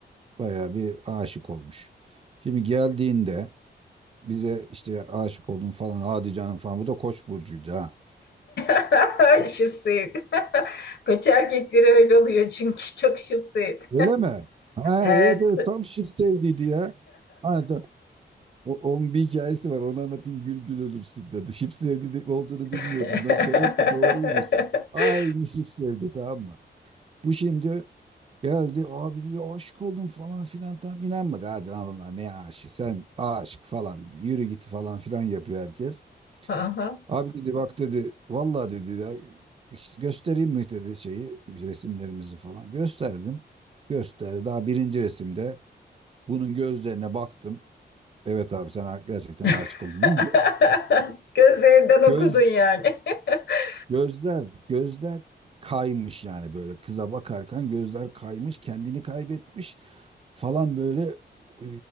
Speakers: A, on the right; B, on the left.
A: bayağı bir aşık olmuş. Şimdi geldiğinde bize işte aşık oldum falan hadi canım falan bu da Koç burcuydu ha.
B: <laughs> Şıpsıyet. <laughs> Koç erkekleri öyle oluyor çünkü çok şıpsıyet. <laughs>
A: Öyle mi? Ha
B: Evet.
A: evet evet tam Şıp sevdiydi ya. Ha, ta- o, onun bir hikayesi var onu anlatayım gül gül ölürsün dedi. Şıp sevdi olduğunu bilmiyordum.
B: <laughs>
A: Lan demek ki doğruymuş. Aynı Şıp sevdi tamam mı? Bu şimdi geldi abi diyor aşık oldum falan filan tam inanmadı. Hadi lan oğlum, ne aşık sen aşık falan yürü git falan filan yapıyor herkes.
B: Aha.
A: Abi dedi bak dedi vallahi dedi ya hiç göstereyim mi dedi şeyi resimlerimizi falan. Gösterdim. Gösterdi. Daha birinci resimde bunun gözlerine baktım. Evet abi sen ha- gerçekten
B: <laughs>
A: aşık olmuşsun. Bunun gö-
B: Gözlerinden okudun
A: göz
B: yani. <laughs>
A: gözler gözler kaymış yani böyle kıza bakarken gözler kaymış, kendini kaybetmiş falan böyle e,